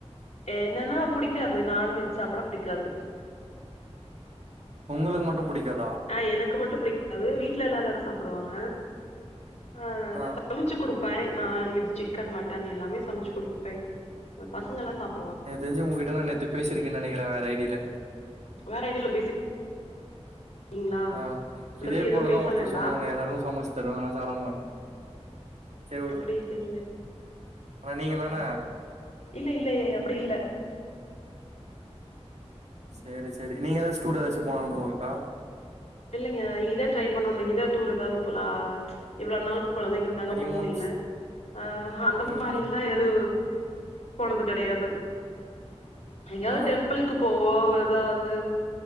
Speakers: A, on the left (about 80°); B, on the right (about 80°).
A: என்னன்னா புடிக்காது நான்வெஜ் சாப்பிட புடிக்காது
B: உங்களுக்கு மட்டும் பிடிக்காத்
A: ஆஹ் எனக்கு மட்டும் பிடிக்காது வீட்டுல எல்லா எல்லாரும் சாப்பிடுவாங்க ஆஹ்
B: ஆ
A: சமைச்சு குடுப் ப நான்வெஜ் சிக்கன் மட்டன் எல்லாமே சமைச்சு குடுப்பே பசங்க எல்லாம் சாப்
B: எனக்கு தெரிஞ்சு உங்ககிட்ட நான் நேத்து பேசிருக்கேன்னு நினைக்கிறேன் வேற ஐடியில
A: வேற ஐடியால பேசிருக்கீங்களா
B: ஆஹ்
A: அத
B: இதே
A: பத்தி எதுவு
B: போலதான்
A: பேச
B: ஒருத்தர்
A: வேண்டா
B: சொன்னாங்க எல்லாருக்கும் சமைச்சு தருவ ஆனா சாப்ட மாட்டே சேரி ஓகே
A: அப்டி இல்லைங்களே
B: ஆனா நீங்க தான
A: அஹ் இல்ல இல்லையே அப்படி இல்ல
B: சேரி சேரி நீங்க ஏதாச்சு டூர் ஏதாச்சும் போகானும் போல இருக்கா
A: இல்லைங்க இனிதான் ட்ரை பண்ணணும் இனிதான் டூர் எதாது போலாம் இவ்வளோ நாள் கொழந்தைங்க இருந்தாங்க
B: ஹனிமூன்ஸ்
A: போக முடியல ஆஹ் அந்த
B: ம்
A: மாதிரில்லாம் எது போனது கிடையாது எங்கயாவது
B: ஆ
A: டெம்பிள்கு போவோம் ஏதாவ து